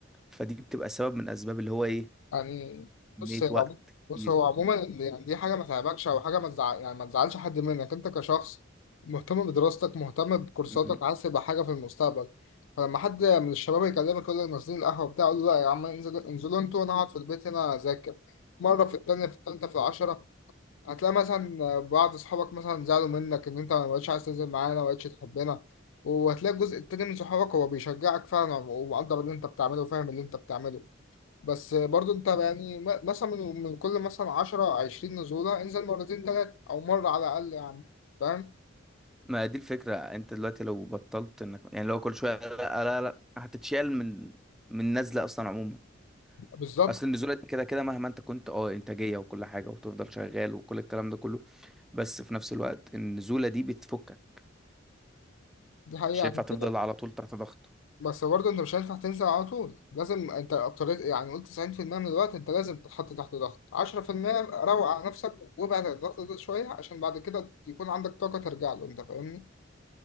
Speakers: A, in the centre; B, on the left.
A: فدي بتبقى سبب من أسباب اللي هو إيه
B: يعني
A: كمية
B: بص هي
A: وقت
B: عمو- بص
A: كتير
B: هو عموما يعني دي حاجة ما تعبكش أو حاجة ما تزعل يعني ما تزعلش حد منك أنت كشخص مهتم بدراستك مهتم بكورساتك
A: م-
B: عايز تبقى حاجة في المستقبل فلما حد من الشباب يكلمك يقول لك نازلين القهوة بتاع قول له لا يا عم انزل انزلوا انتوا وأنا أقعد في البيت هنا أذاكر مرة في التانية في التالتة في العشرة هتلاقي مثلا بعض أصحابك مثلا زعلوا منك إن أنت ما بقتش عايز تنزل معانا ما بقتش تحبنا وهتلاقي الجزء التاني من صحابك هو بيشجعك فعلا ومقدر اللي أنت بتعمله وفاهم اللي أنت بتعمله بس برضو انت يعني م- مثلا من من كل مثلا 10 20 نزولة انزل مرتين ثلاثة او مرة على الاقل يعني فاهم
A: ما دي الفكرة أنت دلوقتي لو بطلت إنك يعني لو كل شوية لا لا لا هتتشال من من نزلة أصلا عموما
B: بالظبط
A: أصل النزولة دي كده كده مهما أنت كنت أه إنتاجية وكل حاجة وتفضل شغال وكل الكلام ده كله بس في نفس الوقت النزولة دي بتفكك
B: دي حقيقة
A: مش هينفع
B: عشان
A: تفضل
B: كده
A: على طول تحت ضغط
B: بس برضو انت مش هينفع تنزل على طول لازم انت اكتريت يعني قلت 90% من الوقت انت لازم تتحط تحت ضغط 10% روق على نفسك وابعد عن الضغط ده شوية عشان بعد كده يكون عندك طاقة ترجع له انت فاهمني